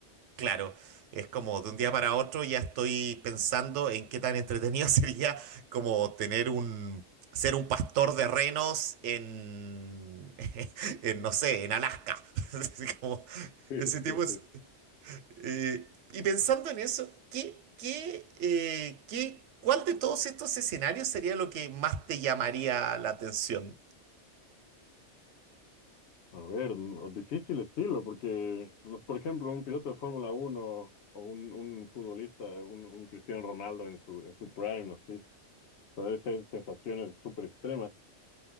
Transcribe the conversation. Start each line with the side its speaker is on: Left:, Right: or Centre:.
Right: Claro, es como de un día para otro ya estoy pensando en qué tan entretenido <laughs> sería como tener un, ser un pastor de renos en, <laughs> en, no sé, en Alaska. <laughs> Así Como
Left: Sí,
Right: ese tipo
Left: sí,
Right: es-
Left: sí.
Right: eh, y pensando en eso, ¿qué, qué, eh, qué, cuál de todos estos escenarios sería lo que más te llamaría la atención?
Left: A ver, no- difícil estilo, porque, no- por ejemplo, un piloto de Fórmula Uno o un, un futbolista, un, un Cristiano Ronaldo en su, en su prime, así, o sea, debe ser sensaciones súper extremas,